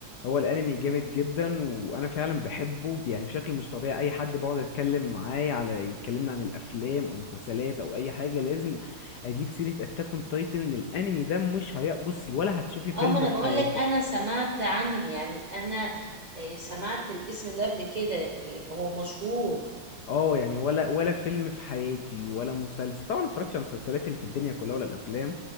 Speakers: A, on the left; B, on the right.
A: هو الانمي جامد جدا وانا فعلا بحبه يعني بشكل مش طبيعي اي حد بقعد اتكلم معاه على يكلمنا عن الافلام او مسلسلات او اي حاجه لازم اجيب سيره اتاك اون تايتن الانمي ده مش هي بصي ولا هتشوفي فيلم
B: اه ما انا
A: في
B: بقول
A: حياتك
B: لك انا سمعت عنه يعني انا آه، سمعت الاسم ده قبل كده يعني هو مشهور
A: اه يعني ولا ولا فيلم في حياتي ولا مسلسل طبعا ما اتفرجش على المسلسلات اللي في الدنيا كلها ولا الافلام